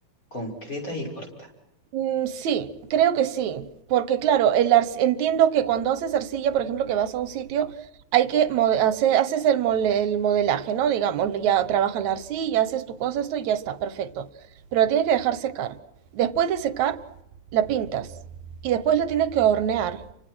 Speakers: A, on the left (about 25°); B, on the right (about 70°).
A: concretas y cortas.
B: Mm, sí, creo que sí, porque claro, el ar- entiendo que cuando haces arcilla, por ejemplo, que vas a un sitio, hay que mo- hace- haces el, mole- el modelaje, ¿no? Digamos, ya trabajas la arcilla, haces tu cosa, esto y ya está, perfecto. Pero la tienes que dejar secar. Después de secar, la pintas y después la tienes que hornear.